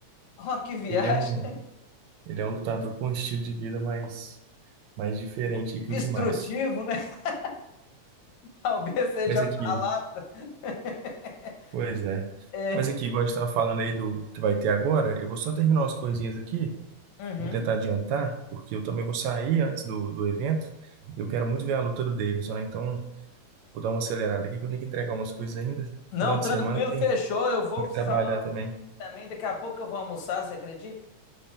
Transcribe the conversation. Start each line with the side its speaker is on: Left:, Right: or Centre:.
Left: Oh, que viagem.
Right: Ele é um. Ele é um lutador com um estilo de vida mais, mais diferente que
Left: Destrutivo,
Right: os demais.
Left: né? <laughs> Talvez seja
Right: Mas
Left: a
Right: aqui,
Left: palavra. <laughs>
Right: pois é.
Left: É.
Right: Mas aqui, igual a gente estava falando aí do que vai ter agora, eu vou só terminar umas coisinhas aqui.
Left: Uhum.
Right: Vou tentar adiantar, porque eu também vou sair antes do, do evento. Eu quero muito ver a luta do Davidson, né? Então, vou dar uma acelerada aqui, que eu tenho que entregar umas coisas ainda.
Left: Não,
Right: Final de
Left: tranquilo,
Right: semana tem,
Left: fechou. Eu vou
Right: tem que
Left: precisar
Right: trabalhar
Left: dar uma
Right: também.
Left: também. Daqui a pouco eu vou almoçar, você acredita?